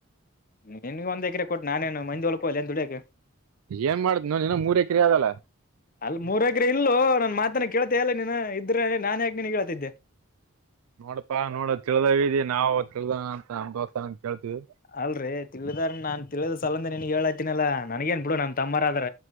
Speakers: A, on the left (about 40°); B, on the right (about 80°).
A: ನಿನ್ಗ ಒಂದ್ ಎಕರೆ ಕೊಟ್ಟು ನಾನೇಏನು ಮೈಂದ ಒಲ್ಕ ಅ ಎಏ ದುಡಿಯಕ್ಕೆ
B: ಏನ್ ಮಾಡ್ದ್ ನೋನ ಮೂರ್ ಎಕರೆ ಆದದಲ್ಲ
A: ಅಲ್ ಮೂರಗ್ರೆ ಇಲ್ಲು ನನ್ ಮಾತನ ಕೇಳ್ತ ಎಲ್ಲ ನೀ ಇದ್ರ ನಾನನ್ ಯಾಕೆ ನೀನ್ ಕೇಳ್ತಿದ್ದೆ
B: ನೋಡಪಾ ನೋಡ ತಿಳ್ದಾವ ಇದಿ ನಾವವು ತಿಳ್ದ ಅಂತ ನಮ್ ದೋಸ್ತ ಕೇಳ್ತೀವಿ
A: ಅಲ್ರರಿ ತಿಳಿದ ನನ್ ತಿಳಿದ್ ಸಲಂದೆ ನಿನ್ಗ್ ಹೇಳಾತಿನನಲ್ಲಾ ನನಗೇನ್ ಬಿಡು ನಮ್ ತಮ್ಮರ ಅ್ರ